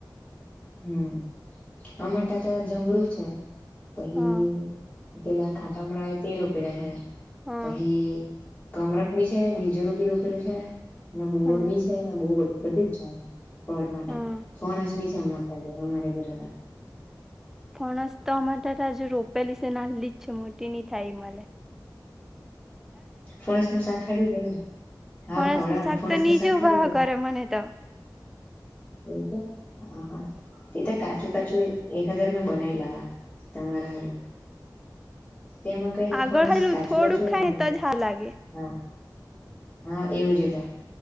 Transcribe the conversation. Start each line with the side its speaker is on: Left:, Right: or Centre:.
Left: હમ્મ, અમારી ત્યાંતો જમરુક છે, પછી
Centre: હા
Left: પેલા ખટામડા અવે તે રોપેલા છે,
Centre: હા
Left: પછી કમરક બી છે, બીજરું બી રોપેલું છે અને બોર
Centre: હમ
Left: બી છે, ને બો બધું, બધુંજ છે. ફળ માતો.
Centre: હમ
Left: ફણસ ભી છે અમારે ત્યાં તો, અમારે ઘરે તો
Centre: ફણસ તો અમરે ત્યાં તો હજુ રોપેલી છે, નાલીજ છે, મોટી ની થાય મલે
Left: ફણસ નું શાક, ખાધું કે ની? હા,
Centre: ફણસ
Left: ખવડાવાને.
Centre: નું શાક
Left: ફણસ
Centre: તો
Left: નું
Centre: નીજે
Left: શાક ખાધું
Centre: ઉભા
Left: કે ની?
Centre: કરે મને તો
Left: એવું કે આ હા, તે તો કાચું કાચું એક હજાર મેં બનાઈ લાવા. તમારા હરું, તેમાં કઈની
Centre: આગળ
Left: ફણસ
Centre: હેલું
Left: કાજુબજુ
Centre: થોડુંક
Left: <unintelligible>
Centre: ખાય ને તો જ હારું લાગે
Left: હા એવુંજ એતો